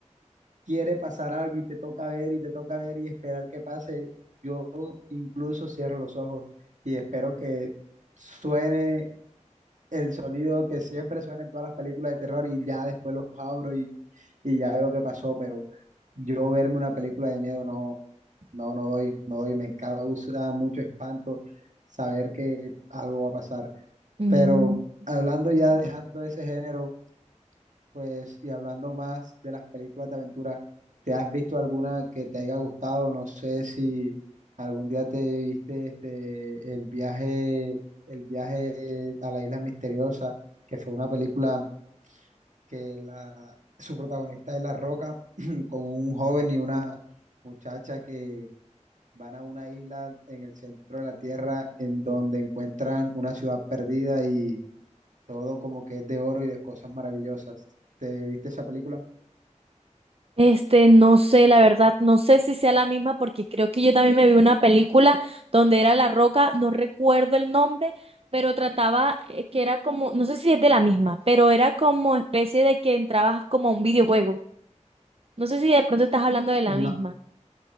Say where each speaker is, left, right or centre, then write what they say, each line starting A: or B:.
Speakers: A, on the right; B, on the right.
A: quiere pasar algo y te toca ver y te toca ver y esperar que pase. Yo incluso cierro los ojos y espero que suene el sonido que siempre suena en todas las películas de terror y ya después los abro y, y ya veo qué pasó, pero yo verme una película de miedo no, no, no doy, no doy, me causa mucho espanto saber que algo va a pasar.
B: Mm,
A: Pero hablando ya, dejando ese género, pues, y hablando más de las películas de aventura, ¿te has visto alguna que te haya gustado? No sé si algún día te viste este, el viaje, el viaje a la isla misteriosa, que fue una película que la, su protagonista es La Roca, <clears throat> con un joven y una muchacha que van a una isla en el centro de la tierra en donde encuentran una ciudad perdida y todo como que es de oro y de cosas maravillosas. ¿Te viste esa película?
B: Este, no sé, la verdad, no sé si sea la misma porque creo que yo también me vi una película donde era La Roca, no recuerdo el nombre, pero trataba eh, que era como, no sé si es de la misma, pero era como especie de que entrabas como a un videojuego. No sé si de pronto estás hablando de
A: No,
B: la misma.